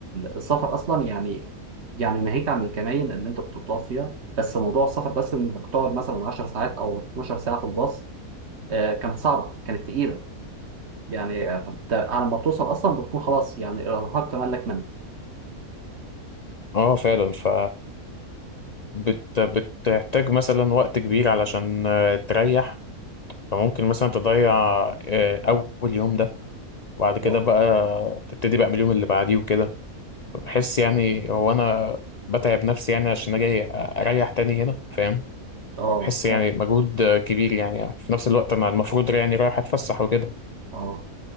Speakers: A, on the right; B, on the left.
A: السفر اصلا يعني يعني ناهيك عن الكماين اللي انت كنت بتقف فيها بس موضوع السفر بس انك تقعد مثلا 10 ساعات او 12 ساعه في الباص آه، كانت صعبه كانت تقيله يعني آه، انت على ما بتوصل اصلا بتكون خلاص يعني الارهاق تملك منك
B: اه فعلا ف بت... بتحتاج مثلا وقت كبير علشان آه، تريح فممكن مثلا تضيع آه، اول يوم ده وبعد كده
A: اه
B: بقى تبتدي بقى من اليوم اللي بعديه وكده فبحس يعني هو انا بتعب نفسي يعني عشان اجي اريح تاني هنا فاهم
A: اه
B: بحس يعني
A: فاهم.
B: مجهود آه، كبير يعني في نفس الوقت انا المفروض يعني رايح اتفسح وكده
A: اه